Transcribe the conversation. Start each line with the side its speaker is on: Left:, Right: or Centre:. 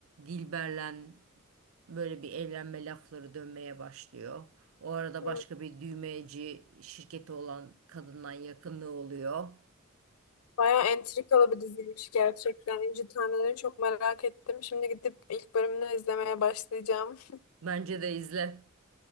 Right: Dilber'le böyle bir evlenme lafları dönmeye başlıyor. O arada
Left: Hı.
Right: başka bir düğmeci şirketi olan kadından yakınlığı oluyor.
Left: Bayağı entrikalı bir diziymiş gerçekten. İnci Tanrı'nı çok merak ettim. Şimdi gidip ilk bölümünü izlemeye başlayacağım.
Right: Bence de izle.